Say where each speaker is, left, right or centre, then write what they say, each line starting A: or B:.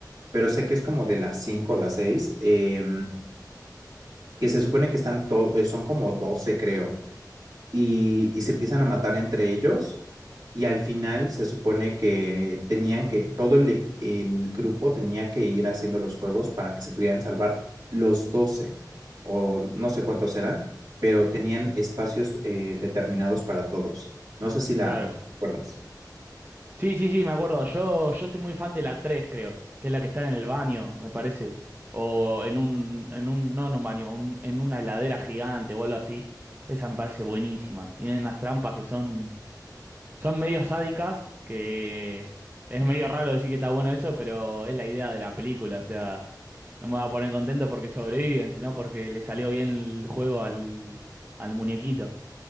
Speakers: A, on the right (about 60°); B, on the right (about 25°).
A: pero sé que es como de las 5 o las 6, que se supone que están todos, son como 12 creo, y, y se empiezan a matar entre ellos y al final se supone que tenían que, todo el, e- el grupo tenía que ir haciendo los juegos para que se pudieran salvar los 12 o no sé cuántos eran, pero tenían espacios eh, determinados para todos. No sé si la
B: claro.
A: recuerdas.
B: Sí, sí, sí, me acuerdo. Yo, yo soy muy fan de la tres creo, que es la que está en el baño, me parece. O en un, en un, no en un baño, un- en una heladera gigante o algo así. Esa me parece buenísima. Tienen unas trampas que son, son medio sádicas, que es medio raro decir que está bueno eso, pero es la idea de la película. O sea, no me va a poner contento porque sobreviven, sino porque le salió bien el juego al, al muñequito.